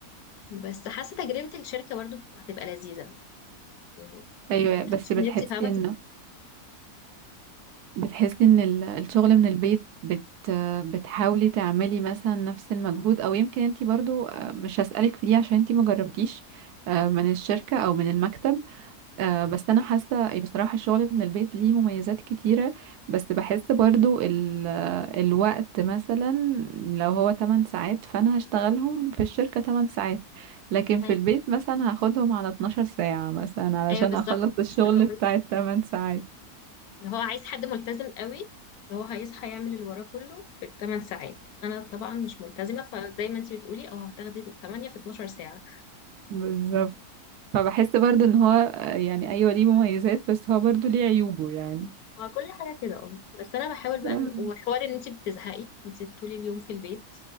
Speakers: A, on the left (about 80°); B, on the right (about 85°).
A: بس حاسة تجربة الشركة برضه هتبقى لذيذة يعني
B: ايوه
A: ما ينفعش
B: بس بتحسي
A: إن أنت فاهمة
B: ان بتحسي ان ال- الشغل من البيت بت بتحاولي تعملي مثلا نفس المجهود او يمكن انتي برضو آه، مش هسألك في دي عشان انتي مجربتيش آه، من الشركة او من المكتب آه، بس انا حاسة إيه، بصراحة الشغل من البيت ليه مميزات كتيرة بس بحس برضو ال الوقت مثلا لو هو 8 ساعات فانا هشتغلهم في الشركة 8 ساعات لكن في
A: تت-
B: البيت مثلا هاخدهم على 12 ساعة مثلا علشان
A: ايوه بالظبط
B: اخلص الشغل
A: لسه هقول
B: بتاع
A: لك
B: التمن ساعات
A: اللي هو عايز حد ملتزم قوي اللي هو هيصحى يعمل اللي وراه كله في 8 ساعات انا طبعا مش ملتزمه فزي ما انت بتقولي اه هتاخدي 8 في 12 ساعه
B: بالظبط فبحس برضو ان هو آه، يعني ايوه ليه مميزات بس هو برضو ليه عيوبه يعني
A: هو كل حاجه كده اه بس انا بحاول بقى
B: آه.
A: إن- وحوار ان انت بتزهقي انت طول اليوم في البيت